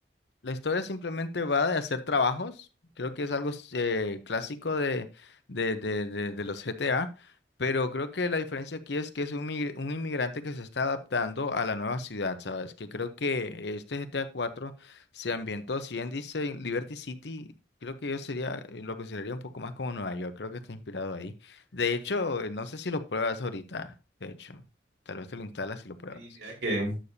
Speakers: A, on the left (about 75°); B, on the right (about 85°).
A: la historia simplemente va de hacer trabajos, creo que es algo eh, clásico de, de, de, de- de los GTA, pero creo que la diferencia aquí es que es un, migr- un inmigrante que se está adaptando a la nueva ciudad, ¿sabes? Que creo que este GTA cuatro se ambientó, si bien dice en Liberty City, creo que yo sería, eh, lo consideraría un poco más como Nueva York, creo que está inspirado ahí. De hecho, eh, no sé si lo pruebas ahorita, de hecho, tal vez te lo instalas y lo pruebas.
B: sí mira que